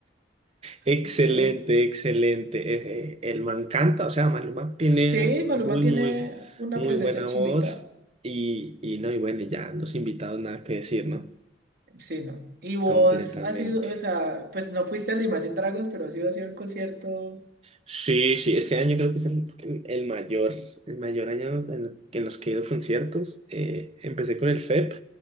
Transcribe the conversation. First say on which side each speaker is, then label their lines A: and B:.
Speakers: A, on the right; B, on the right.
A: excelente,
B: No.
A: excelente. Eh, eh, el man canta, o sea, Maluma tiene
B: Sí, Maluma
A: muy,
B: tiene
A: muy,
B: una
A: muy
B: presencia
A: buena
B: chimbita.
A: voz. Y, y no, y bueno, ya los invitados nada que decir, ¿no?
B: Sí, no. Y vos
A: Completamente.
B: has sido, o sea, pues no fuiste al de Imagine Dragons, pero has ido así al concierto.
A: Sí, sí, este año creo que es el, el- el mayor, el mayor año en, el- en los que he ido a conciertos. Eh, empecé con el FEP,